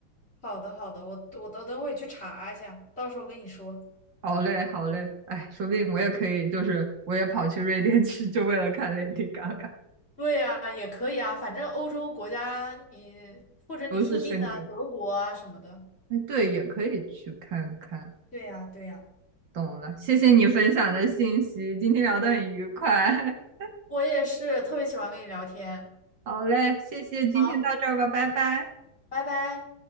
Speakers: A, on the left; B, on the right.
A: 好的，好的，我我等等会去查一下，到时候跟你说。
B: 好嘞，好嘞，哎，说不定我也可以，就是我也跑去瑞典去，就为了看 Lady Gaga，
A: 对呀，也可以啊，反正欧洲国家你或者你附近的德国啊什么的，
B: 都是生格。哎，对，也可以去看看。
A: 对呀，对呀，
B: 懂了，谢谢你分享的信息，今天聊得很愉快。<laughs>
A: 我也是特别喜欢跟你聊天。
B: 好嘞，谢谢，今天到这儿吧，
A: 好，
B: 拜拜。
A: 拜拜。